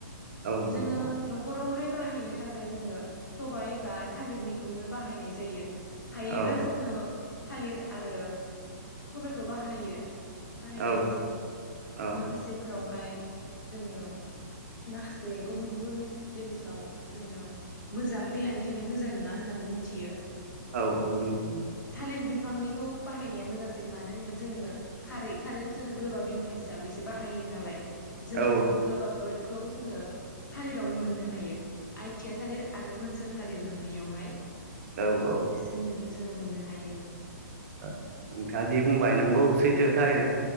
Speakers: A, on the right; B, on the left.
A: औ
B: जोङो
A: नंगौ
B: न'खरावहाय बाहायनो थाखाय जोङो सबाय बा थालिरनिखौनो बाहायनाय जायो। हायोब्ला
A: औ
B: जोङो थालिर आरो सबायखौ बाहायो। बाहायनाया
A: औ
B: मोजां।
A: औ
B: माखासे फोरावहाय जोङो माखासे गुबुन गुबुन जिनिसाव जोङो मोजां देहानि थाखाय मोजां नङा होननानै मिथियो।
A: औ औ नंगौ।
B: थालिर बिफांनिखौ बाहायनाया मोजांसिन मानो होनबा जोङो खारै खारैखौ जोङो गोबाब बिफा हिसाबैसो बाहायो नालाय जोङो।
A: औ
B: गोबाबखौ जोङो थालिरावनो मोननो हायो आइटिआ थालिर आरो मोनसोर थालिर मोननैयावहाय।
A: औ औ
B: बेसोर मोनैयाव जोङो मोननो हायो।
A: आ नोंथाङा जि बुंबाय नंगौ सैथो
B: औ
A: थारैनो।